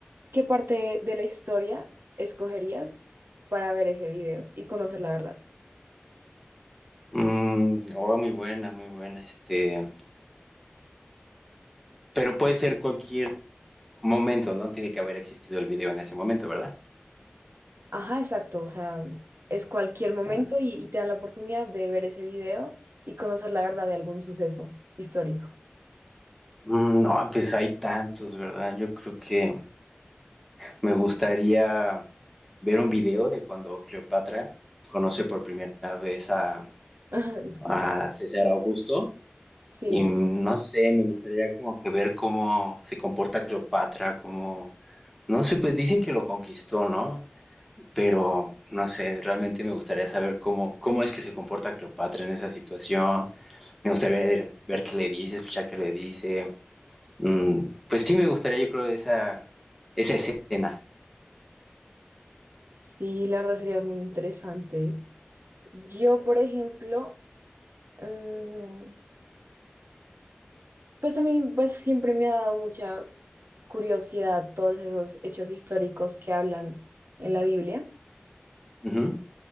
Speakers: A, on the right (about 70°); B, in the centre.
A: ¿qué parte de la historia escogerías para ver ese video y conocer la verdad?
B: Mm, oh, muy buena, muy buena. Este, pero puede ser cualquier momento, ¿no? Tiene que haber existido el video en ese momento, ¿verdad?
A: Ajá, exacto, o sea, es cualquier momento
B: Ah.
A: y, y te dan la oportunidad de ver ese video y conocer la verdad de algún suceso histórico.
B: Mm, no, pues hay tantos, ¿verdad? Yo creo que Me gustaría ver un video de cuando Cleopatra conoce por primera vez a,
A: <laughs> Sí,
B: a César Augusto.
A: sí,
B: Y no sé, me gustaría como que ver cómo se comporta Cleopatra, cómo... No sé, pues dicen que lo conquistó, ¿no? Pero no sé, realmente me gustaría saber cómo, cómo es que se comporta Cleopatra en esa situación. Me gustaría ver, ver qué le dice, escuchar qué le dice. Mm, pues sí, me gustaría, yo creo, esa, esa escena.
A: sí, la verdad sería muy interesante. Yo, por ejemplo, mm, pues a mí pues siempre me ha dado mucha curiosidad todos esos hechos históricos que hablan en la Biblia
B: Ujú.